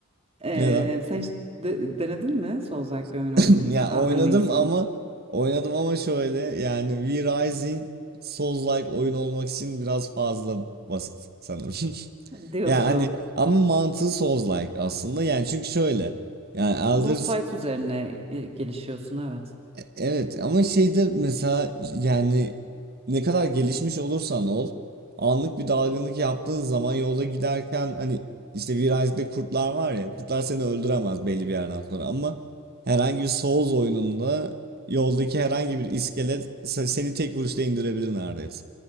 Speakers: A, on the right; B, on the right.
A: E,
B: Neden?
A: sen hiç de- denedin mi Souls-like bir oyun
B: <clears throat>
A: oynamayı?
B: Ya
A: Elden
B: oynadım
A: Ring falan.
B: ama oynadım ama şöyle yani V Rising Souls-like oyun olmak için biraz fazla basit sanırım. <laughs>
A: Diyorsun.
B: Yani hani ama mantığı Souls-like aslında. Yani çünkü şöyle yani
A: Boss
B: Elder
A: fight üzerine e, gelişiyorsun evet.
B: Evet ama şeyde mesela yani ne kadar gelişmiş olursan ol anlık bir dalgınlık yaptığın zaman yolda giderken hani işte virajda kurtlar var ya kurtlar seni öldüremez belli bir yerden sonra ama herhangi bir Souls oyununda yoldaki herhangi bir iskelet se- seni tek vuruşta indirebilir neredeyse.